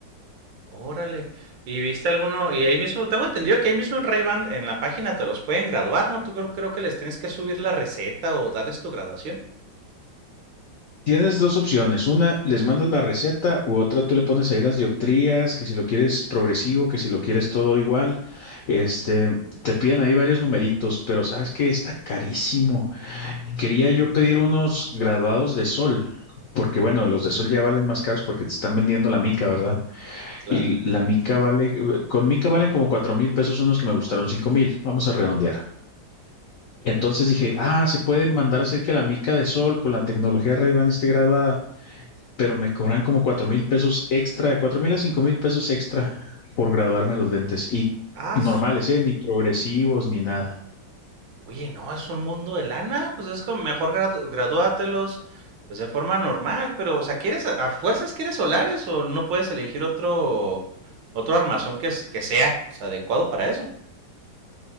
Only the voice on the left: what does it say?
Tienes dos opciones. Una, les mandas la receta u otra, tú le pones ahí las dioptrías, que si lo quieres progresivo, que si lo quieres todo igual. Este, te piden ahí varios numeritos, pero sabes que está carísimo. Quería yo pedir unos graduados de sol, porque bueno, los de sol ya valen más caros porque te están vendiendo la mica, ¿verdad?
Y la mica vale, eh, con mica valen como cuatro mil pesos unos que me gustaron cinco mil. Vamos a redondear. Entonces dije, ah, se puede mandar a hacer que la mica de sol con la tecnología Ray-Ban esté graduada pero me cobran como cuatro mil pesos extra, de cuatro mil a cinco mil pesos extra por graduarme los lentes y
normales, ¿eh? ni progresivos ni nada.